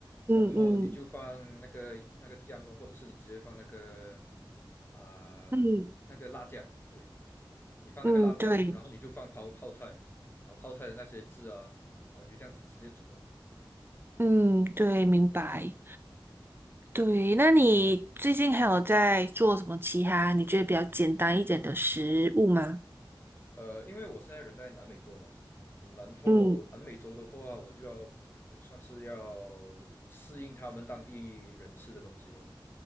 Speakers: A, on the left; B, on the right.
A: 然后你就放那个那个酱咯，
B: 嗯嗯
A: 或者是你直接放那个啊、
B: 嗯
A: 呃那个辣酱，对，你放那个辣酱，
B: 嗯，对，
A: 然后你就放泡泡菜，然后泡菜的那些汁啊，然后你就这样子直接煮咯。
B: 嗯对，明白。
A: 对对。
B: 对，那你最近还有在做什么其他你觉得比较简单一点的食物吗？
A: 呃，因为我现在人在南美洲嘛，然后南美洲的话，
B: 嗯，
A: 我就要我算是要适应他们当地人吃的东西咯。